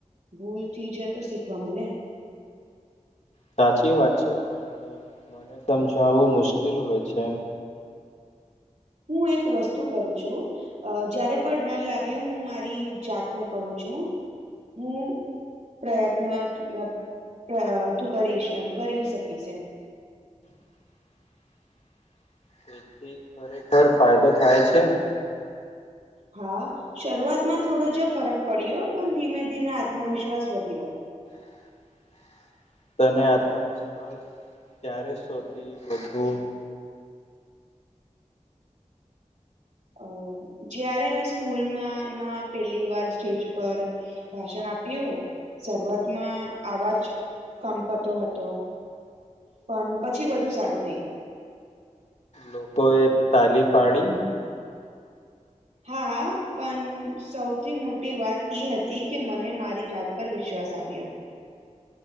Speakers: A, on the right (about 70°); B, on the left (about 60°).
A: ભૂલથી જયા તો શીખવા મલે.
B: સાચી વાત છે પણ મને સમજાવવું મુશ્કેલ હોય છે.
A: હું એક વસ્તુ કરું છું જયારે પણ ડર લાગે હું મા. મારિ જાતને કશ છું, હું. પ્રયત્ન મતલબ તું કરી, કરી શકીશ એમ.
B: <inaudible> તેથી ખરેખર ફાયદો થાય છે.
A: હા, શરૂઆતમાં થોડો જો ફરક પડ્યો, પણ ધીમે ધીમે આત્મવિશ્વાસ વધ્યો.
B: <inaudible> તને આત્મવિશ્વાસ ક્યારે સૌથીી વધુ
A: અ. જયારે મેં સ્કૂલમાંમાં પેલી વાર સ્ટેજ પર ભાષણ આપ આપ્યું. શરૂઆતમાં આવાજ કંપતો હતો. પણ પછી બધું સારું થઇ ગયું.
B: લોકોએ તાલી પાડી.
A: હા, પણ સૌથી મોટી વાત એઈ હતી કે મને મારી જાત પર વિશ્વાસ સાથિયો.